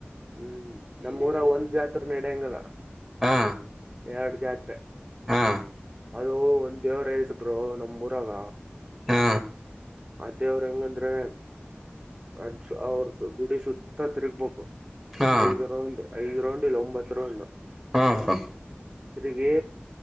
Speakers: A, on the right (about 15°); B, in the centre.
A: ಹ್ಮ್ ನಮ್ಮ ಊರಾಗ ಒಂದ್ ಜಾತ್ರೆ ನಡೆಯಂಗಲ್ಲ
B: ಹಾ
A: ಎರಡ್ ಜಾತ್ರೆ
B: ಹಾ
A: ಅದು ಒಂದ ದೇವ್ರ ಹೆಸ ನಮ್ಮ್ ಊರಾಗ.
B: ಹಾ
A: ಆ ದೇವ್ರ ಹಂಗಂದ್ರೆ ಅದ ಅವರ್ ಗುಡಿ ಸುತ್ತ ತೀರ್ಗ್ಬೇಕ್.
B: ಹಾ
A: ಐದ ರೌಂಡ್ ಐದ್ ರೌಂಡ್ ಇಲ್ಲ ಒಂಬತ್ತು ರೌಂಡ್
B: ಹಾ ಬ್ರೋ
A: ತಿರಗಿ